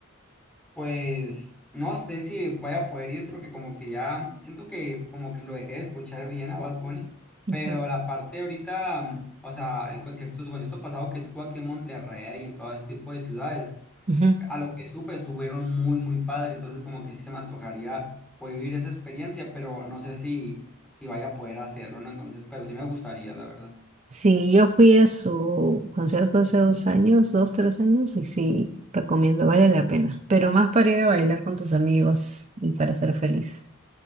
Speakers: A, in the centre; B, on the right.
A: Pues no sé si vaya a poder ir porque como que ya siento que como que lo dejé de escuchar bien a Bad Bunny,
B: Ujú,
A: pero la parte de ahorita, mm, o sea, el concierto, su concierto pasado que tuvo aquí en Monterrey y en todo ese tipo de ciudades.
B: ujú.
A: a lo que supe, estuvieron muy, muy padre. Entonces, como que sí se me antojaría poder vivir esa experiencia, pero no sé si, si vaya a poder hacerlo, ¿no? Entonces, pero sí me gustaría, la verdad.
B: Sí, yo fui a su concierto hace dos años, dos, tres años, y sí, recomiendo, vale la pena. Pero más para ir a bailar con tus amigos y para ser feliz.